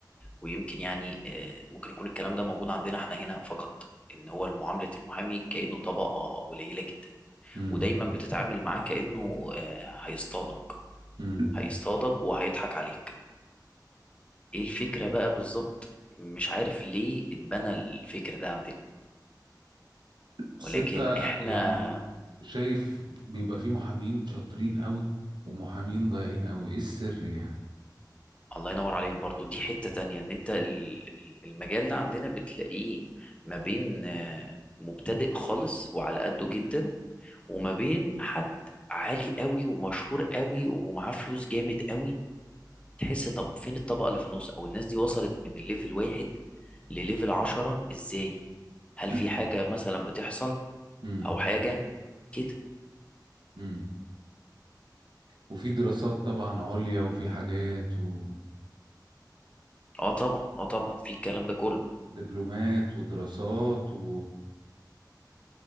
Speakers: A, on the left; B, on the right.
A: ويمكن يعني آه، ممكن يكون الكلام ده موجود عندنا احنا هنا فقط ان هو معاملة المحامي كأنه طبقة قليلة جدا
B: مم.
A: ودايما بتتعامل معاه كأنه آه، هيصطادك
B: مم.
A: هيصطادك وهيضحك عليك ايه الفكرة بقى بالظبط مش عارف ليه اتبنى الفكر ده عندنا
B: بس
A: ولكن
B: أنت
A: احنا
B: يعني شايف بيبقى في محامين شاطرين قوي ومحامين ضايعين قوي ايه السر يعني
A: الله ينور عليك برضو دي حتة تانية ان انت ال- ال- المجال ده عندنا بتلاقيه ما بين آه، مبتدئ خالص وعلى قده جدا وما بين حد عالي قوي ومشهور قوي ومعاه فلوس جامد قوي تحس طب فين الطبقة اللي في النص او الناس دي وصلت من الليفل واحد لليفل عشرة ازاي هل
B: مم.
A: في حاجة مثلا بتحصل
B: مم.
A: او حاجة كده
B: مم. وفي دراسات طبعا عليا وفي حاجات و...
A: اه طبعا اه طبعا في الكلام ده كله
B: ودبلومات ودراسات و...